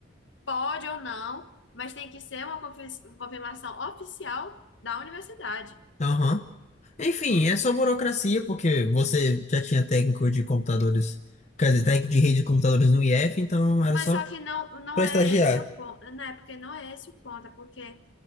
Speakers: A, on the left; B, on the left.
A: pode ou não, mas tem que ser uma confi- confirmação oficial da universidade.
B: aham. Enfim, é só burocracia, porque você já tinha técnico de computadores, quer dizer, técnico de rede de computadores no IF, então era
A: Mas
B: só
A: só que não, não
B: Pra
A: é
B: estagiar.
A: esse o ponto, não é porque não é esse o ponto, é porque,